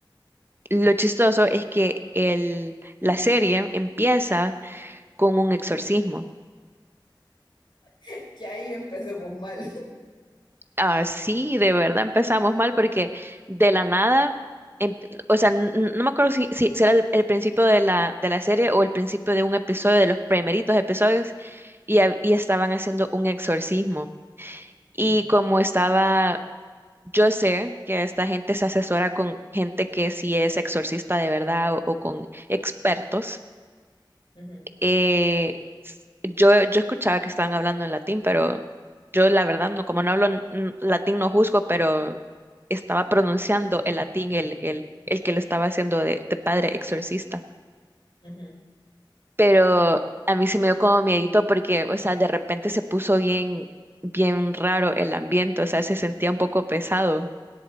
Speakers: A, on the right; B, on the left.
A: lo chistoso es que el, la serie empieza con un exorcismo.
B: <laughs> Ya ahí empezamos mal.
A: Ah, sí, de verdad empezamos mal porque de la nada, em- o sea, n- n- no me acuerdo si, si, si era el, el principio de la, de la serie o el principio de un episodio, de los primeritos episodios, y, hab- y estaban haciendo un exorcismo. Y
B: Ujú.
A: como estaba, yo sé que esta gente se asesora con gente que sí es exorcista de verdad o o con expertos
B: Ujú,
A: eh, yo, yo escuchaba que estaban hablando en latín, pero yo la verdad no, como no hablo n- n- latín no juzgo, pero estaba pronunciando el latín, el, el, el que le estaba haciendo de, de padre exorcista.
B: ujú,
A: Pero a mí se me dio como miedito porque, o sea, de repente se puso bien, bien raro el ambiente, o sea, se sentía un poco pesado.